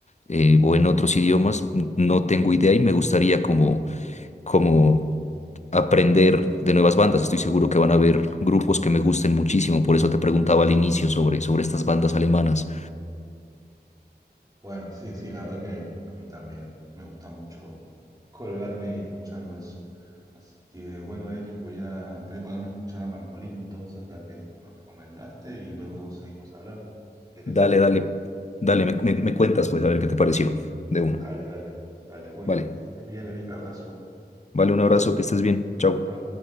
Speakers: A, on the left (about 40°); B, on the right (about 20°).
A: eh, o en otros idiomas, no tengo idea y me gustaría como, como aprender de nuevas bandas. Estoy seguro que van a haber grupos que me gusten muchísimo, por eso te preguntaba al inicio sobre, sobre estas bandas alemanas.
B: Bueno, sí, sí, la verdad que a mí también me gusta mucho colgarme escuchando eso. Así que bueno, Eric, voy a, voy a ponerme a escuchar a Marcolino entonces, la que lo recomendaste, y luego seguimos hablando. Si querés,
A: Dale,
B: sí.
A: dale, dale, me, me- me cuentas pues a ver qué te pareció de una.
B: Dale, dale. Dale, bueno,
A: Vale,
B: que estés bien, Eric. Abrazo.
A: vale, un abrazo, que estés bien, chao.
B: Chao, chao.